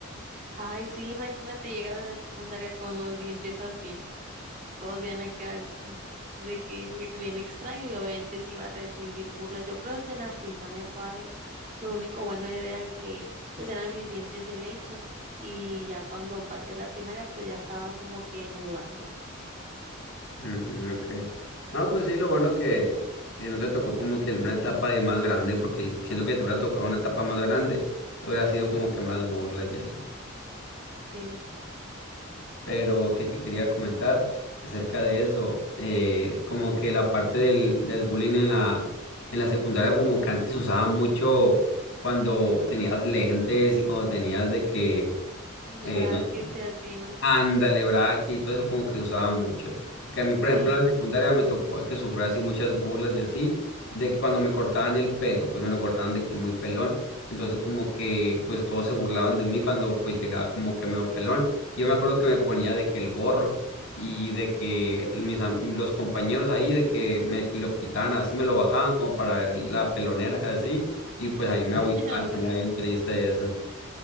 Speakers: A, on the right; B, on the left.
A: Ay, sí, imagínate llegar a la secundaria con los dientes así. Todos se van a quedar de que bien extraño y obviamente sí iba a recibir burlas. Yo creo hasta en la primaria todavía. Lo único bueno eran que pues eran mis dientes de leche y ya cuando pasé a la primaria pues ya estaba como que mudando pues.
B: Mm, ok. No, pues sí, lo bueno que, que no te tocó como que en una etapa de más grande, porque si- siento que te hubiera tocado una etapa más grande, hubiera sido como que más burlas y así.
A: Sí.
B: Pero que te quería comentar acerca de eso, eh, como que la parte del, del bullying en la, en la secundaria, como que antes se usaba mucho cuando tenías lentes y cuando tenías de que,
A: <laughs>
B: eh,
A: ¿Verdad
B: no
A: que sea así, no?
B: Ándale, braque y todo eso como que se usaba mucho. Porque a mí, por
A: Sí.
B: ejemplo, en la secundaria me tocó que sufrí así muchas burlas y así, de que cuando me cortaban el pelo, pues me lo cortaban de que muy pelón. Entonces como que pues todos se burlaban de mí cuando pues llegaba como que medio pelón. Yo me acuerdo que me ponía de que el gorro y de que mis, am- los compañeros ahí de que me lo quitaban así, me lo bajaban como para ver la pelonera así. Y pues ahí me
A: <laughs>
B: agüitaba, me ponía
A: Bueno,
B: bien triste eso.